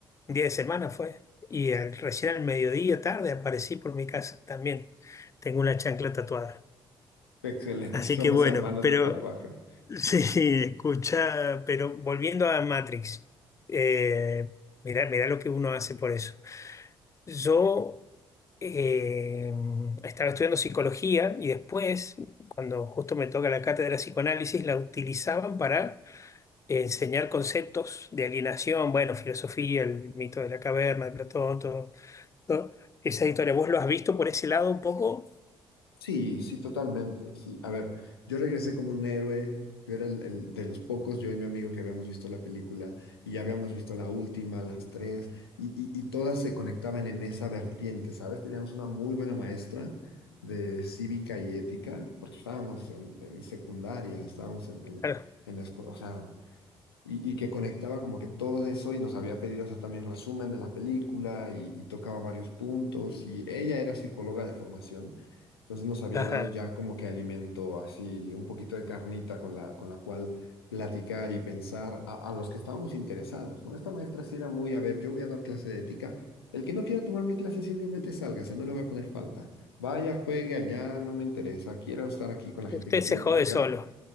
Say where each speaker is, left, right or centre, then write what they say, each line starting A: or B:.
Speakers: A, on the left; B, on the left.
A: un día de semana fue, y al- recién al mediodía tarde aparecí por mi casa también, tengo una chancla tatuada.
B: Excelente,
A: Así
B: somos
A: que bueno,
B: hermanos
A: pero...
B: de tatuaje.
A: Sí, escucha, pero volviendo a Matrix, eh, mirá, mirá lo que uno hace por eso. Yo eh, estaba estudiando psicología y después, cuando justo me toca la cátedra de psicoanálisis, la utilizaban para enseñar conceptos de alienación, bueno, filosofía, el mito de la caverna, de Platón, todo, todo. Esa historia, ¿vos lo has visto por ese lado un poco?
B: Sí, sí, totalmente. Sí. A ver, yo regresé como un héroe. Yo era el, el de los pocos, yo y mi amigo, que habíamos visto la película y ya habíamos visto la última, las tres, y, y, y todas se conectaban en esa vertiente, ¿sabes? Teníamos una muy buena maestra de cívica y ética, porque estábamos en, en secundaria, estábamos en, en,
A: Claro.
B: en la escuela, o sea, y, y que conectaba como que todo eso y nos había pedido hacer también resumen de la película y, y tocaba varios puntos y ella era psicóloga de formación, entonces nos había
A: Ajá.
B: dado ya como que alimento así, un poquito de carnita con la, con la cual platicar y pensar a, a los que estábamos interesados, ¿no? Esta maestra sí era muy, a ver, yo voy a dar clase de ética. El que no quiera tomar mi clase simplemente sálgase, no le voy a poner falta. Vaya, juegue allá, no me interesa. Quiero estar aquí con la gente
A: Usted
B: que quiere
A: se jode
B: platicar
A: solo.